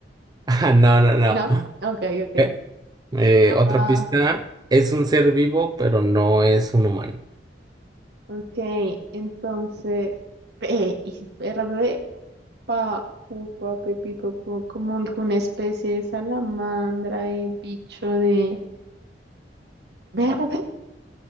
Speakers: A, on the right; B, on the right.
A: <laughs> Ah, no, no, no.
B: ¿No? Ok, ok.
A: <laughs> Eh, otra
B: Ah,
A: pista, es un ser vivo, pero no es un humano.
B: ok. Entonces, P y es verde. Pa, pu, pa, pe, pi, po, po, como un- una especie de salamandra, de bicho de verde.